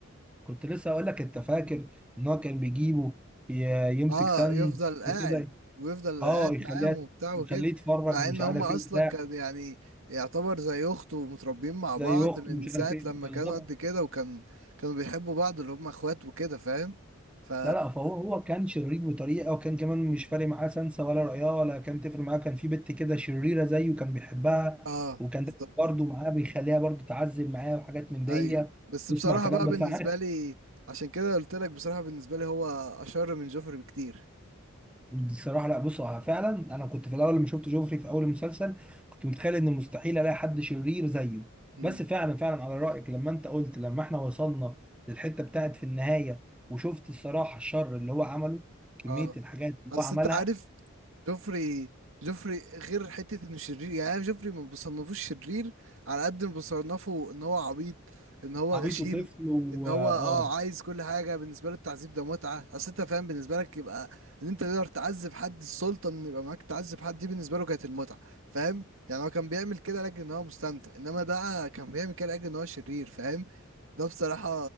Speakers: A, in the centre; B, on the right.
A: كنت لسه أقول لك أنت فاكر إن هو كان بيجيبه ي- يمسك
B: اه
A: سن
B: يفضل قاعد
A: وكده
B: ويفضل
A: أه
B: قاعد
A: يخليها
B: معاهم وبتاع وكده
A: يخليه يتفرج
B: مع
A: ومش
B: ان هم
A: عارف
B: اصلا
A: إيه وبتاع
B: كان يعني يعتبر زي اخته ومتربيين مع
A: زي
B: بعض
A: أخته
B: من
A: ومش
B: ساعة
A: عارف إيه
B: لما
A: بالظبط
B: كانوا قد كده وكان كانوا بيحبوا بعض اللي هم اخوات وكده فاهم ف
A: لا لا فهو هو كان شرير بطريقه وكان كمان مش فارق معاه سنسة ولا رعاه ولا كان تفرق معاه كان في بنت كده شريره زيه كان بيحبها
B: اه
A: وكان ده
B: بالظبط
A: برضه معاه بيخليها برضه تعذب معاه وحاجات من دي
B: ايوه بس
A: تسمع
B: بصراحة
A: كلام
B: بقى
A: بس
B: بالنسبة
A: عارف
B: لي عشان كده قلت لك بصراحة بالنسبة لي هو أشر من جوفري بكتير
A: بصراحه لا بص هو فعلا انا كنت في الاول لما شفت جوفري في اول المسلسل كنت متخيل ان مستحيل الاقي حد شرير زيه
B: امم
A: بس فعلا فعلا على رايك لما انت قلت لما احنا وصلنا للحته بتاعت في النهايه وشفت الصراحه الشر اللي هو عمله كميه
B: اه
A: الحاجات اللي
B: اصل
A: هو عملها
B: انت عارف جوفري جوفري غير حتة انه شرير يعني انا جوفري ما بصنفوش شرير على قد ما بصنفه ان هو عبيط ان هو
A: عبيط
B: غشيم
A: وطفل و
B: ان هو
A: اه
B: اه
A: آه،
B: عايز كل حاجة بالنسبة له التعذيب ده متعة اصل انت فاهم بالنسبة لك يبقى ان انت تقدر تعذب حد السلطة ان يبقى معاك تعذب حد دي بالنسبة له كانت المتعة فاهم يعني هو كان بيعمل كده لاجل ان هو مستمتع انما ده كان بيعمل كده لاجل ان هو شرير فاهم ده بصراحة